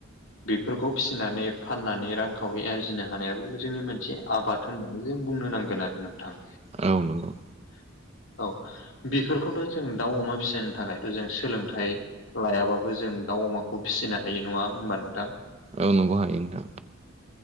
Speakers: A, on the left; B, on the right.
A: बेफोरखौ फिसिनानै फाननानै रांखावरि आरजिनो हानायाबो जोंनि मोनसे आबाद होननानै जों बुंनो नांगोन आरो नोंथां
B: औ नंगौ
A: औ बेफोरखौनो जों दाउ अमा फिसनो थाखायथ' जों सोलोंथाइ लायाबाबो जों दाउ अमाखौ फिसिनो हायो नङा होमबा नोंथां?
B: औ नंगौ हायो नोंथां